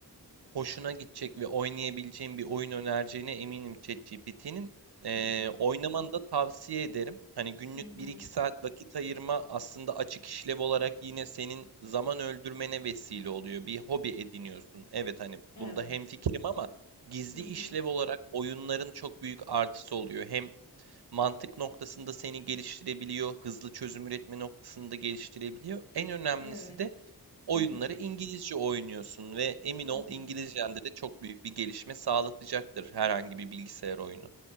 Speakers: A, on the right; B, on the left.
A: hoşuna gidecek ve oynayabileceğin bir oyun önereceğine eminim ChatGPT'nin. Ee,
B: Hı hı.
A: oynamanı da tavsiye ederim. Hani günlük
B: Hı hı.
A: bir iki saat vakit ayırma aslında açık işlev olarak yine senin zaman öldürmene vesile oluyor. Bir hobi ediniyorsun. Evet hani
B: Evet.
A: bunda hemfikirim ama gizli
B: Hı hı.
A: işlev olarak oyunların çok büyük artısı oluyor. Hem mantık noktasında seni geliştirebiliyor, hızlı çözüm üretme noktasında geliştirebiliyor. En önemlisi
B: Evet.
A: de
B: Hı
A: oyunları
B: hı.
A: İngilizce oynuyorsun ve emin
B: Hı
A: ol
B: hı.
A: İngilizcende de çok büyük bir gelişme sağlatacaktır herhangi bir bilgisayar oyunu.